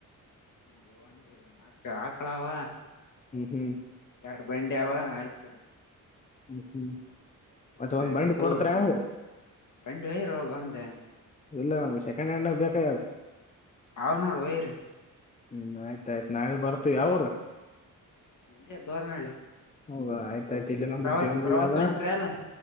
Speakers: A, on the left; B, on the left.
A: ನಾ ಬ ಆಕಳಾವ
B: ಹ್ಮ್ ಹ್ಮ್
A: ಎರಡು ಬಂಡೆವ ಆಯ್ತು
B: ಹ್ಮ್ ಹ್ಮ್ ಮತ್ತ
A: ಒಂದೇ
B: ಒಂದ್
A: ದೊಡ್ಡು
B: ಬಂಡಿ ಕೊಡ್ತರ ಹೆಂಗ
A: ಬಂಡೇರ ಒಂದೆ
B: ಇಲ್ಲ ಸೆಕೆಂಡ್ ಹ್ಯಾಂಡ್ ಬೇಕ ಆಯ್ದದು
A: ಹೌ ನೋಡು ವೈರಿ
B: ಹ್ಮ್ ಆಯ್ತಾಯಯ್ತು ನಾಳೆ ಬರ್ತೀವಿ ಅವಾವ್ರ
A: ಇಲ್ಲೇ ದೋರ್ನಹಳ್ಳಿ
B: ಹೋಗಾ ಆಯ್ತ ಆಯ್ತು ಇಲ್ಲ ನುದ
A: ಪ್ರವಾಸ
B: ಒಳ್ಳಾಗ
A: ಪ್ರವಾಸ ಹೊಂಟ್ರಿ ಅಲ್ಲ